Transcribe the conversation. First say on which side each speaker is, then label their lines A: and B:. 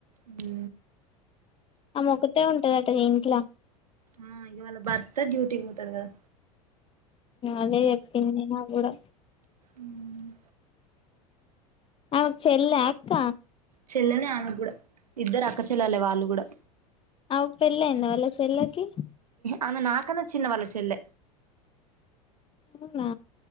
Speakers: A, on the right; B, on the left.
A: ఉ
B: ఆమె ఒక్కతే ఉంటదట కదా ఇంట్లో
A: ఆ ఇగ వాళ్ళ భర్త డ్యూటీికి పోతారు కదా.
B: అదే చొప్పింది నా కూడా.
A: ఉమ్
B: ఆమెకు చెల్లా అక్క
A: చెల్లనే ఆమె కూడా ఇద్దరు అక్క చెల్లాలే వాళ్ళు కూడా.
B: అవ్ కు పెళ్లి అయిందా వాళ్ళ చెల్లికి
A: ఆమె నాకన్నా చిన్న వాళ్ళ చెల్లె
B: అవునా